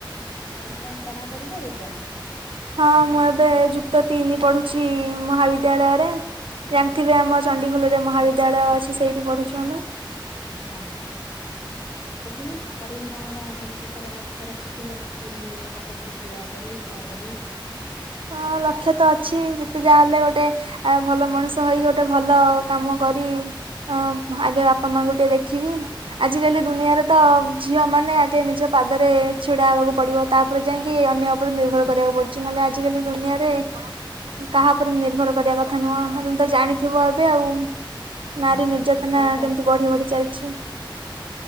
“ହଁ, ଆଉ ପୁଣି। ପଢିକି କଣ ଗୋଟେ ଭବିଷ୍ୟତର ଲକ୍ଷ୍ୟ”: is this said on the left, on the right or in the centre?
Left